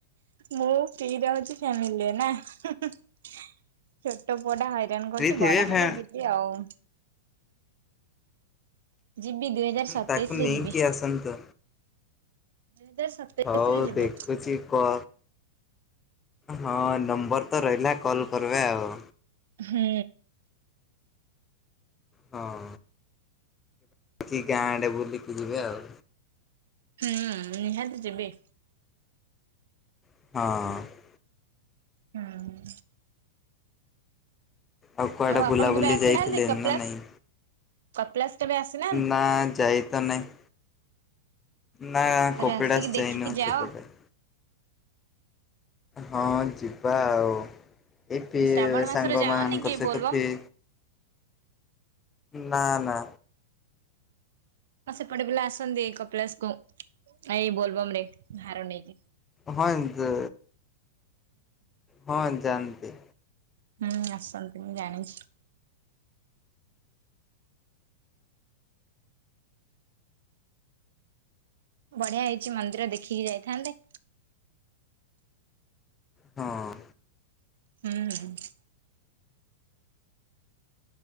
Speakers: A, on the right (about 65°); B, on the left (about 20°).
A: ମୁଁ ଫ୍ରି ରହୁଚି ଫ୍ୟାମିଲିରେ ନା? ଛୋଟ ପୁଅ ଟା ହଇରାଣ
B: ଫ୍ରି
A: କରୁଚି
B: ଥିବେ
A: ବଡ
B: ଫେ
A: ହେଲେ ଯିବି ଆଉ। ଯିବି ଦୁଇ ହଜାର ସତେଇଶ
B: ତାକୁ
A: ରେ
B: ନେଇକି
A: ଯିବି।
B: ଆସନ୍ତୁ।
A: ଦୁଇ ହଜାର ସତେଇଶ
B: ହଉ
A: ରେ ଯିବ।
B: ଦେଖୁଚି କ ହଁ ନମ୍ବର ତ ରହିଲା କଲ୍ କରିବେ ଆଉ।
A: ହୁଁ।
B: ହଁ। ଏଠି ଗାଁ ଆଡେ ବୁଲିକି ଯିବେ ଆଉ।
A: ହୁଁ ନିହାତି ଯିବି।
B: ହଁ।
A: ହୁଁ।
B: ଆଉ କୁଆଡେ
A: ଆପଣ
B: ବୁଲାବୁଲି
A: କେବେ ଆସିନାହାନ୍ତି
B: ଯାଇଥିଲେ
A: କପିଳାସ?
B: ନା ନାଇଁ?
A: କପିଳାସ କେବେ ଆସିବେ?
B: ନା ଯାଇ ତ ନାହିଁ। ନା
A: ଥରେ
B: କପିଳାସ
A: ଆସିକି ଦେଖିକି
B: ଯାଇନୁ
A: ଯାଅ।
B: ସେପଟେ। ହଁ ଯିବା ଆଉ ଏ ପି
A: ଶ୍ରାବଣ ମାସରେ
B: ସାଙ୍ଗ
A: ଯାଅନି
B: ମାନଙ୍କର
A: କି
B: ସହିତ
A: ବୋଲବମ୍
B: ପି ନା ନା।
A: ହଁ ସେପଟ ପିଲା ଆସନ୍ତି ଏଇ କପିଳାସ କୁ ଏଇ ବୋଲବମ ରେ ଭାର ନେଇକି।
B: ହଁ ଦ ହଁ ଜାଆନ୍ତି।
A: ହୁଁ ଆସନ୍ତି ମୁଁ ଜାଣିଛି। ବଢିଆ ହେଇଛି ମନ୍ଦିର ଦେଖିକି ଯାଇଥାନ୍ତେ।
B: ହଁ।
A: ହୁଁ।